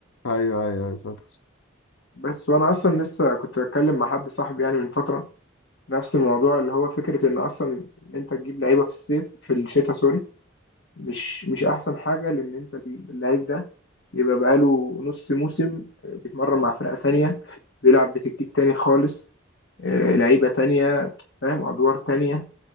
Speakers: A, on the left; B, on the left.
A: ايوه ايوه أيوة، فاهم.
B: بس وانا اصلا لسه كنت بتكلم مع حد صاحبي يعني من فتره نفس الموضوع اللي هو فكره ان اصلا إن انت تجيب لعيبه في الصيف في الشتاء سوري مش مش احسن حاجه لان انت اللعيب ده بيبقى بقاله نص موسم آه، بيتمرن مع فرقه تانية بيلعب بتكتيك تاني خالص آه، لعيبه تانية فاهم ادوار تانية